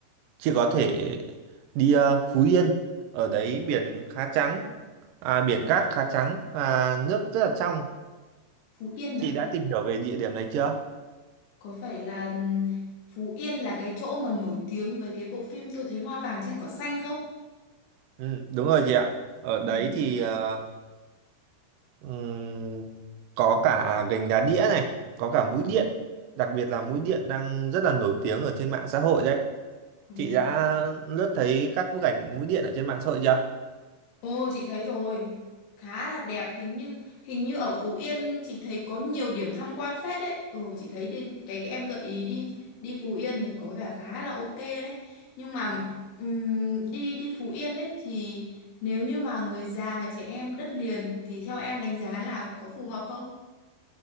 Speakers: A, on the right (about 75°); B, on the left (about 80°).
A: chị có thể đi ờ, Phú Yên ở đấy biển khá trắng à, biển cát khá trắng và nước rất là trong
B: Phú Yên
A: chị
B: à?
A: đã tìm hiểu về địa điểm này chưa
B: Có phải là ừm, Phú Yên là cái chỗ mà nổi tiếng với cái bộ phim Tôi thấy hoa vàng trên cỏ xanh không?
A: ừ, đúng rồi chị ạ ở đấy
B: ừ.
A: thì ờ, ừm, có cả gành đá đĩa này có cả mũi điện đặc biệt là mũi điện đang rất là nổi tiếng ở trên mạng xã hội đấy
B: Ừ.
A: chị đã lướt thấy các bức ảnh mũi điện ở trên mạng xã hội chưa
B: Ồ chị thấy rồi khá là đẹp hình như hình như ở Phú Yên chị thấy có nhiều điểm tham quan phết đấy ừ chị thấy đi, cái cái em gợi ý đi đi Phú Yên này có vẻ khá là ok đấy nhưng mà ừm, đi đi Phú Yên đấy thì nếu như mà người già và trẻ em đất liền thì theo em đánh giá là có phù hợp không